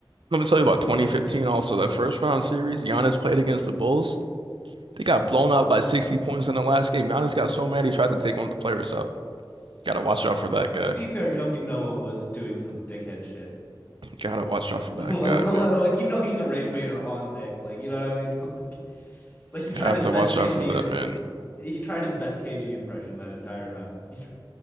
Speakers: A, on the right; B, on the left.
A: Let me tell you about 2015 also. That first round series, Giannis played against the Bulls. They got blown out by 60 points in the last game. Giannis got so mad he tried to take one of the players out. Gotta watch out for that guy.
B: To be fair, Joakim Noah was doing some dickhead shit.
A: Gotta watch out for
B: <laughs>
A: that
B: Like
A: guy,
B: like,
A: man.
B: you know, he's a rage baiter on dick. Like you know what I mean? <laughs> Like, like he tried
A: You have
B: his
A: to
B: best
A: watch
B: KG.
A: out for that man,
B: He tried his best KG impression that entire time. <laughs>